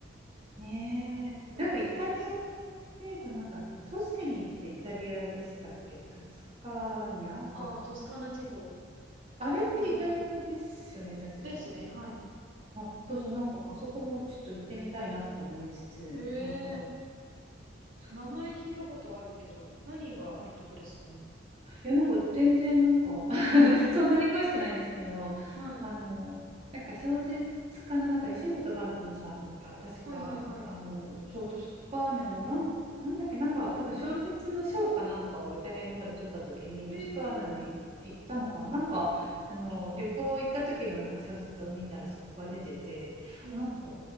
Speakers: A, on the right; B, on the right.
A: ねえ。
B: よかったですね。
A: なんかイタリアといえば、なんかトスカニーってイタリアでしたっけトスカーニャだと。
B: ああ、トスカーナ地方。
A: あれってイタリアですよね、
B: はいはいは
A: 確か。
B: い。ですね、はい。
A: あ、そうそう、なんかあそこもちょっと行ってみたいなって思いつつ、
B: ええ
A: なんか、そう
B: 名前聞いたことあるけど、何があるとこですかね。
A: いや、なんか全然なんか <laughs> そんなに詳しくないんですけど、
B: はい。
A: あの、なんか小説家のなんか石本ばなのさんが確か、
B: はいはいはい。
A: あの、そう、トスカーニャのなんか、なんだっけ、なんか多分小説の賞かなんかをイタリアの方で取った時に、
B: へえ、
A: トスカーニャに行ったのかな、なんか、あの旅行行った時のなんか小説を見たらそこが出ててあなんか
B: うん。